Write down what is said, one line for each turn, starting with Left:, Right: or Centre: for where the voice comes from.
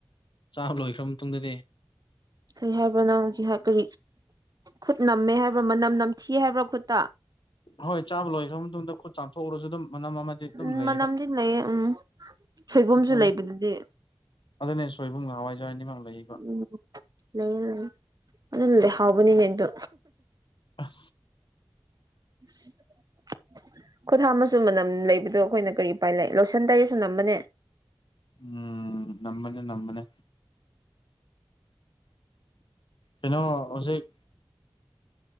Left: ꯆꯥꯕ ꯂꯣꯏꯈ꯭ꯔ ꯃꯇꯨꯡꯗꯗꯤ
Right: ꯀꯩ ꯍꯥꯏꯕ꯭ꯔꯅꯪ ꯍꯧꯖꯤꯛ ꯀꯔꯤ ꯈꯨꯠ ꯅꯝꯃꯦ ꯍꯥꯏꯕ꯭ꯔꯥ ꯃꯅꯝ ꯅꯝꯊꯤ ꯍꯥꯏꯕ꯭ꯔꯥ ꯈꯨꯠꯇ
Left: ꯍꯣꯏ ꯆꯥꯕ ꯂꯣꯏꯈ꯭ꯔꯕ ꯃꯇꯨꯡꯗ ꯈꯨꯠ ꯆꯥꯝꯊꯣꯛꯎꯔꯁꯨ ꯑꯗꯨꯝ ꯃꯅꯝ ꯑꯃꯗꯤ ꯑꯗꯨꯝ
Right: ꯎꯝ
Left: ꯂꯩ
Right: ꯃꯅꯝꯗꯤ ꯂꯩꯌꯦ ꯎꯝ ꯁꯣꯏꯕꯨꯝꯁꯨ
Left: ꯑꯗꯨꯅꯤ
Right: ꯂꯩꯕꯗꯨꯗꯤ
Left: ꯑꯗꯨꯅꯦ ꯁꯣꯏꯕꯨꯝꯒ ꯍꯋꯥꯏꯖꯋꯥꯏꯅꯤꯃꯛ ꯂꯩ
Right: ꯎꯝ ꯂꯩꯌꯦ ꯂꯩꯌꯦ ꯑꯗꯨꯅ ꯂꯩ ꯍꯥꯎꯕꯅꯤꯅꯦ ꯑꯩꯗꯣ
Left: ꯑꯥ
Right: ꯎꯝ ꯈꯨꯣꯊꯥ ꯃꯁꯨꯨ ꯃꯅꯝ ꯂꯩꯕꯗꯣ ꯑꯩꯈꯣꯏꯅ ꯀꯔꯤ ꯎꯄꯥꯏ ꯂꯩ ꯂꯣꯏꯁꯟ ꯇꯔꯁꯨ ꯅꯝꯕꯅꯦ
Left: ꯎꯝ ꯅꯝꯕꯅꯦ ꯅꯝꯕꯅꯦ ꯀꯩꯅꯣ ꯍꯧꯖꯤꯛ